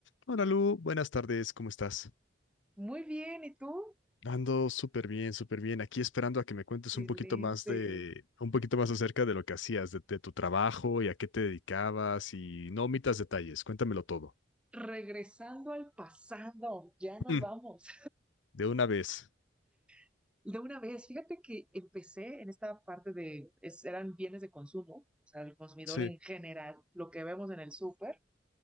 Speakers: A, on the left; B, in the centre.
A: Hola Lu, buenas tardes, ¿cómo estás?
B: Muy bien, ¿y tú?
A: Ando súper bien, súper bien. Aquí esperando a que me cuentes
B: Excelente.
A: un poquito más de, un poquito más acerca de lo que hacías, de, de tu trabajo y a qué te dedicabas y no omitas detalles, cuéntamelo todo.
B: Regresando al pasado, ya nos
A: Mm.
B: vamos.
A: De una vez.
B: <laughs> De una vez, fíjate que empecé en esta parte de, es- eran bienes de consumo, o sea, el consumidor
A: Sí.
B: en general, lo que vemos en el súper,